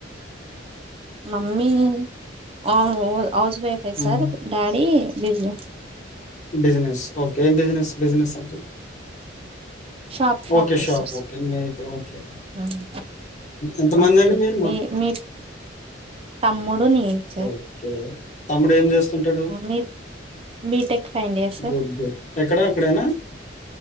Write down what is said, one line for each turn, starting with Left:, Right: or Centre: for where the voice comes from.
Right: మమ్మీ ఓ హౌస్ వైఫె
Left: హ్మ్.
Right: సార్ డాడీ బిజినెస్
Left: బిజినెస్ ఒకే ఏ బిజనెస్ బిజనెస్ అంటె
Right: షాప్ షాప్
Left: ఒకే
Right: చేస్తారు సార్.
Left: <unintelligible>
Right: హ్మ్.
Left: ఎంతమంది
Right: ఓకే.
Left: అండి మీరు మో
Right: మీ మీ తమ్ముడు నేను సార్.
Left: ఒకే తమ్ముడు ఏం చేస్ వుంటాడు
Right: ఆ! మీ BTech final year sir.
Left: Good good ఎక్కడ అక్కడేనా